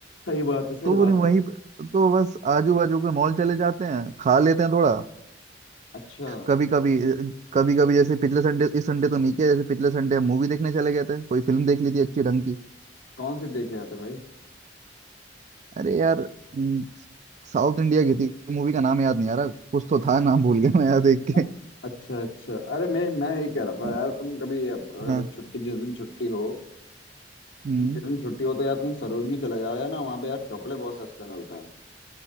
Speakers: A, on the left; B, on the right.
A: सही बात है सही
B: तो
A: बात
B: वो नहीं वहीं
A: है
B: पे- तो बस आजू बाजू के मॉल चले जाते हैं खा लेते हैं थोड़ा
A: अच्छा
B: कभी कभी कभी कभी जैसे पिछले संडे इस संडे तो नहीं किया जैसे पिछले संडे हम मूवी देखने चले गए थे कोई फिल्म देख ली थी अच्छी ढंग की
A: कौन सी देख के आते भाई
B: अरे यार हम्म, साउथ इंडिया की थी मूवी का नाम याद नहीं आ रहा कुछ तो था नाम भूल गया मैं यार देख के
A: अच्छा अच्छा अच्छा अरे मैं मैं ये कह रहा था
B: हाँ
A: यार तुम कभी अप-
B: हाँ,
A: अगर छुट्टी जिस दिन छुट्टी हो
B: हम्म
A: जिस दिन छुट्टी हो तो यार तुम सरोजनी चले जाओ यार ना वहाँ पे यार कपड़े बहुत सस्ते मिलते हैं